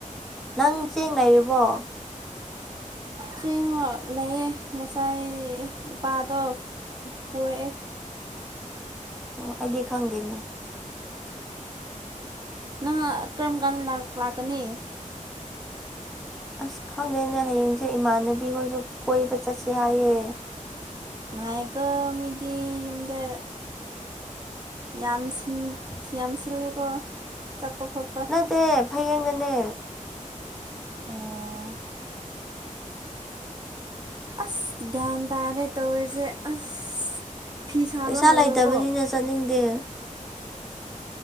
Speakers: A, in the centre; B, on the right.
A: ꯅꯪ ꯆꯦꯡ ꯂꯩꯔꯤꯕꯣ
B: ꯆꯦꯡꯔꯣ ꯂꯩꯌꯦ ꯉꯁꯥꯏ ꯏꯄꯥꯗꯣ ꯄꯨꯔꯛꯑꯦ
A: ꯑꯣ ꯑꯩꯗꯤ ꯈꯪꯗꯦꯅꯦ
B: ꯅꯪ ꯀꯔꯝ ꯀꯥꯟꯗ ꯂꯥꯛ ꯂꯥꯛꯀꯅꯤ
A: ꯑꯁ ꯈꯪꯗꯦꯅꯦ ꯍꯌꯦꯡꯁꯦ ꯏꯃꯥꯟꯅꯕꯤ ꯍꯣꯏꯁꯨ ꯀꯣꯏꯕ ꯆꯠꯁꯦ ꯍꯥꯏꯌꯦ
B: ꯉꯥꯏꯀꯣ ꯃꯤꯗꯤ ꯌꯨꯝꯗ ꯌꯥꯝ ꯁꯤꯟ ꯌꯥꯝ ꯁꯤꯜꯂꯤꯀꯣ ꯆꯠꯄ ꯈꯣꯠꯄ
A: ꯇꯦ ꯐꯌꯦꯡꯗꯅꯦ
B: ꯑꯣ ꯑꯁ ꯒ꯭ꯌꯥꯟ ꯇꯥꯗꯦ ꯇꯧꯔꯤꯖꯦ ꯑꯁ ꯐꯤ ꯁꯥꯕ
A: ꯄꯩꯁꯥ
B: ꯍꯧꯔꯕꯣ
A: ꯂꯩꯇꯕꯅꯤꯅ ꯆꯠꯅꯤꯡꯗꯦ